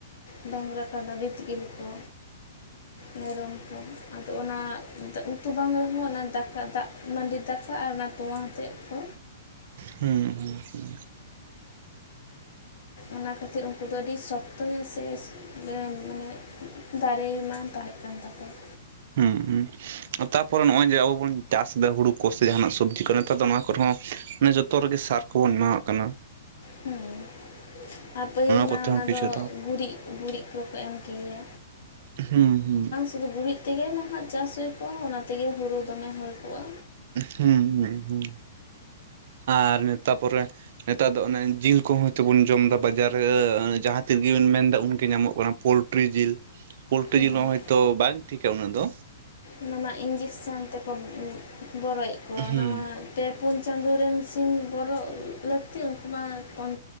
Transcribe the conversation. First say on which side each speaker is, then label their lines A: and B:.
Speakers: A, on the left; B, on the right.
A: ᱰᱟᱝᱨᱟ ᱠᱟᱰᱟ ᱵᱤᱛᱠᱤᱞ ᱠᱚ, ᱢᱮᱨᱚᱢ ᱠᱚ᱾ ᱟᱫᱚ ᱚᱱᱟ, <unintelligible> ᱩᱛᱩ ᱵᱟᱝ ᱨᱮᱦᱚᱸ ᱚᱱᱟ ᱫᱟᱠᱟ ᱫᱟᱜ ᱢᱟᱹᱰᱤ ᱫᱟᱠᱟ ᱟᱨ ᱚᱱᱟ ᱛᱚᱸᱣᱟ ᱦᱟᱛᱮᱫ ᱠᱚ,
B: ᱦᱩᱸ ᱦᱩᱸ ᱦᱩᱸ,
A: ᱚᱱᱟ ᱠᱷᱟᱹᱛᱤᱨ ᱩᱱᱠᱩ ᱫᱚ ᱟᱹᱰᱤ ᱥᱚᱠᱛᱚ ᱦᱮᱸ ᱥᱮ, <unintelligible> ᱢᱟᱱᱮ ᱫᱟᱨᱮ ᱮᱢᱟ ᱛᱟᱦᱮᱸᱜ ᱠᱟᱱ ᱛᱟᱠᱚᱣᱟ᱾
B: ᱦᱩᱸ ᱦᱩᱸ, ᱛᱟᱯᱚᱨᱮ ᱱᱚᱜᱼᱚᱭ ᱡᱮ ᱟᱵᱚ ᱵᱚᱱ ᱪᱟᱥ ᱮᱫᱟ ᱦᱩᱲᱩ ᱠᱚ ᱥᱮ ᱡᱟᱦᱟᱱᱟᱜ ᱥᱚᱵᱡᱤ ᱠᱚ ᱱᱮᱛᱟᱨ ᱫᱚ ᱱᱚᱣᱟ ᱠᱚᱨᱮ ᱦᱚᱸ ᱡᱚᱛᱚ ᱨᱮᱜᱮ ᱥᱟᱨ ᱠᱚᱵᱚᱱ ᱮᱢᱟᱣᱟᱜ ᱠᱟᱱᱟ᱾
A: ᱦᱮᱸ ᱟᱨ ᱯᱟᱹᱦᱤᱞ ᱢᱟ
B: ᱠᱚᱛᱮ
A: ᱚᱱᱟ
B: ᱦᱚᱸ ᱠᱤᱪᱷᱩ
A: ᱫᱚ ᱜᱩᱨᱤ ᱜᱩᱨᱤ ᱠᱚᱠᱚ ᱮᱢ ᱠᱮᱭᱟ
B: ᱦᱩᱸ ᱦᱩᱸ
A: ᱥᱩᱫᱩ ᱜᱩᱨᱤᱡ ᱛᱮᱜᱮ ᱱᱟᱦᱟᱜ ᱪᱟᱥ ᱦᱩᱭ ᱠᱚᱜᱼᱟ ᱚᱱᱟᱛᱮᱜᱮ ᱦᱩᱲᱩ ᱫᱚᱢᱮ ᱦᱩᱭ ᱠᱚᱜᱼᱟ
B: ᱦᱩᱸ ᱦᱩᱸ ᱦᱩᱸ ᱟᱨ ᱛᱟᱯᱚᱨᱮ ᱱᱮᱛᱟᱨ ᱫᱚ ᱚᱱᱮ ᱡᱤᱞ ᱠᱚᱦᱚ ᱛᱚᱵᱚᱱ ᱡᱚᱢ ᱫᱟ ᱵᱟᱡᱟᱨ ᱨᱮ ᱡᱟᱦᱟᱸ ᱛᱤᱱᱨᱮᱜᱤᱵᱚᱱ ᱢᱮᱱᱫᱟ ᱩᱱᱜᱮ ᱧᱟᱢᱚᱜ ᱠᱟᱱᱟ ᱯᱳᱞ ᱯᱚᱞᱴᱨᱤᱡᱤᱞ ᱯᱳᱞᱴᱤ
A: ᱦᱮᱸ
B: ᱡᱤᱞ ᱦᱚᱸ ᱦᱚᱭᱛᱳ ᱵᱟᱝ ᱴᱷᱤᱠᱟ ᱩᱱᱟᱹᱜ ᱫᱚ
A: ᱚᱱᱟ ᱢᱟ ᱤᱱᱡᱤᱠᱥᱮᱱ ᱛᱮᱠᱚ ᱵᱚᱨᱚᱭᱮᱫ ᱠᱚᱣᱟ
B: ᱦᱩᱸ
A: ᱱᱟᱣᱟ ᱢᱟ ᱯᱮ ᱯᱩᱱ ᱪᱟᱸᱫᱳ ᱨᱮᱱ ᱥᱤᱢ ᱵᱚᱨᱚᱜ ᱞᱟᱹᱠᱛᱤ ᱩᱱᱠᱩ ᱢᱟ ᱯᱳᱱ